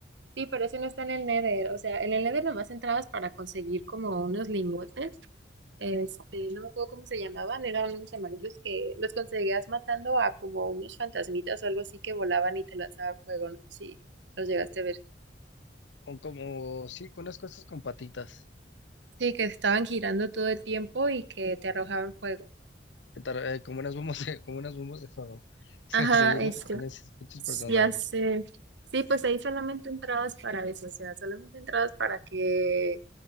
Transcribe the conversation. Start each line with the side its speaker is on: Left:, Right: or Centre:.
Right: Sí, pero ese no está en el Nether. O sea, en el Nether nomás entrabas para conseguir como unos lingotes Este, no me acuerdo cómo se llamaban, eran unos amarillos que los conseguías matando a como unos fantasmitas o algo así que volaban y te lanzaban fuego, no sé si los llegaste a ver.
Left: con como, sí, con unas cosas con patitas,
Right: Sí, que estaban girando todo el tiempo y que te arrojaban fuego.
Left: que tar- eh, como unas bombas de, <laughs> como unas bombas de fuego. <laughs> Sí,
Right: Ajá, este,
Left: ¿no? Con esos pinches personajes.
Right: ya sé. Sí, pues ahí solamente entrabas para eso, o sea, solamente entrabas para que,